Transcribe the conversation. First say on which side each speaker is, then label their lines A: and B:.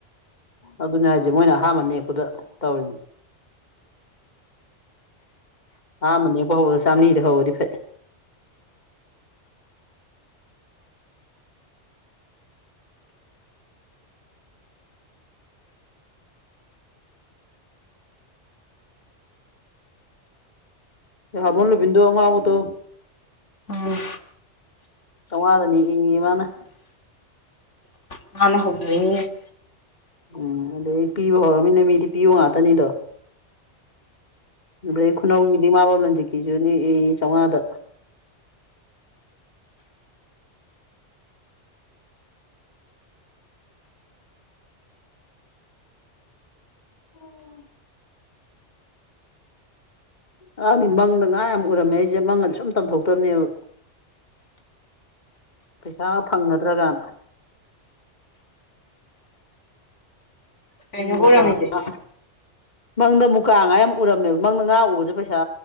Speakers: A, on the left; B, on the left.
A: ꯑꯗꯨꯅꯦ ꯍꯥꯏꯁꯦ ꯃꯣꯏꯅ ꯑꯍꯥꯟꯕ ꯅꯦꯛꯄꯗ ꯇꯧꯔꯤꯅꯦ ꯑꯍꯥꯟꯕ ꯅꯦꯛꯄ ꯍꯧꯕꯔꯣ ꯆꯥꯝꯃꯔꯤꯗ ꯍꯧꯔꯗꯤ ꯐꯩ ꯍꯥꯃꯣꯝ ꯔꯣꯕꯤꯟꯗ꯭ꯔꯣ ꯑꯉꯥꯎꯕꯗꯣ
B: ꯎꯝ
A: ꯆꯩꯉꯥꯗꯅꯤ ꯌꯦꯡꯉꯤ ꯃꯥꯅ
B: ꯃꯥꯥꯅ ꯍꯧꯗꯣꯏꯅꯤꯅꯦ
A: ꯎꯝ ꯑꯗꯩ ꯄꯤꯕ ꯍꯧꯔꯃꯤꯅ ꯃꯤꯗꯤ ꯄꯤꯌꯨ ꯉꯥꯛꯇꯅꯤꯗꯣ ꯑꯩ ꯈꯨꯅꯧꯒꯤꯗꯤꯃꯥꯕꯝ ꯂꯟꯖꯤꯠꯀꯤꯁꯨꯅꯦ ꯑꯦ ꯆꯥꯝꯃꯉꯥꯗ <unintelligible> <unintelligible> ꯃꯪꯗ ꯉꯥ ꯌꯥꯝ ꯎꯔꯝꯃꯦ ꯑꯩꯁꯦ ꯃꯪꯒ ꯁꯨꯝ ꯇꯝꯊꯣꯛꯇꯕꯅꯦꯕ ꯄꯩꯁꯥ ꯐꯪꯒꯗ꯭ꯔꯒꯅ
B: ꯀꯩꯅꯣꯕꯨ
A: <unintelligible> ꯃꯨꯀꯥ
B: ꯑꯣꯏꯔꯝꯃꯤꯖꯦ
A: ꯉꯥ ꯃꯪꯗ ꯃꯨꯀꯥ ꯉꯥ ꯌꯥꯝ ꯎꯔꯝꯃꯦꯕ ꯃꯪꯗ ꯉꯥ ꯎꯕꯁꯨ ꯄꯩꯁꯥ